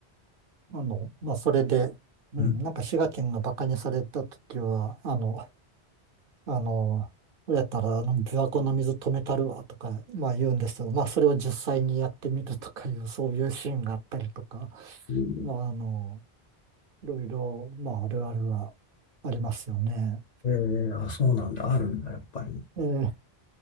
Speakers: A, on the right; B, on the left.
A: あの、まあそれで、うん、
B: う。う
A: なんか滋賀県が馬鹿にされた時は、あの、あの、これやったら、あの、琵琶湖の水止めたるわとか、まあ言うんですけど、まあそれを実際にやってみるとかいう、そういうシーンがあったりとか、
B: ん。
A: まああの、いろいろ、まああるあるはありますよね。
B: えーあ、そうなんだ。あるんだ、やっぱり。
A: ええ、